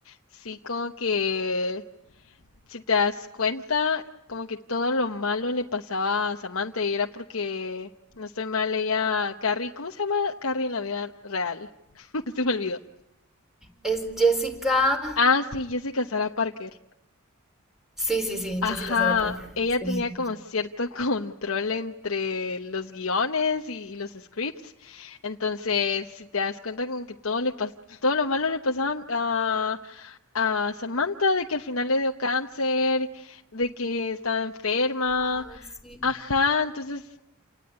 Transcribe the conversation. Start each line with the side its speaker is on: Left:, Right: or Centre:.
Left: sí, como que si te das cuenta, como que todo lo malo le pasaba a Samantha y era porque, no estoy mal, ella, Carrie, ¿cómo se llama Carrie en la vida real? <laughs> Se me olvidó.
Centre: Es Jessica.
Left: Ah, sí, Jessica Sarah Parker.
Centre: Sí, sí, sí,
Left: Ajá,
Centre: Jessica Sarah Parker.
Left: ella
Centre: Sí.
Left: tenía como cierto <laughs> control entre los guiones y, y los scripts. Entonces, si te das cuenta como que todo le pas- todo lo malo le pasaba a, a Samantha, de que al final le dio cáncer, de que estaba enferma,
Centre: Ay, sí.
Left: Ajá, entonces